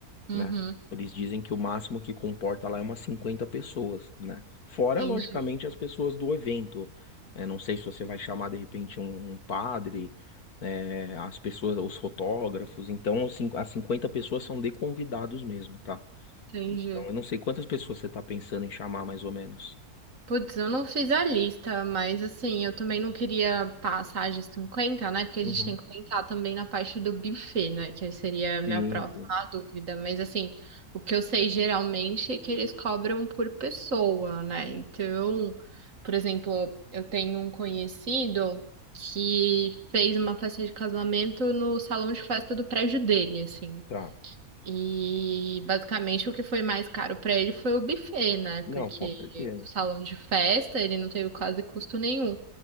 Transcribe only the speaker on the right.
Uhum,
entendi,
entendi.
Putz, eu não fiz a lista, mas assim, eu também não queria passar de cinquenta né? Porque a
gente tem que pensar também na parte do buffet, né? Que aí seria a minha
próxima
dúvida. Mas assim, o que eu sei geralmente é que eles cobram por pessoa, né? Então, por exemplo, eu tenho um conhecido que fez uma festa de casamento no salão de festa do prédio dele, assim.
E basicamente o que foi mais caro para ele foi o buffet, né?
Porque
salão de festa ele não teve quase custo nenhum.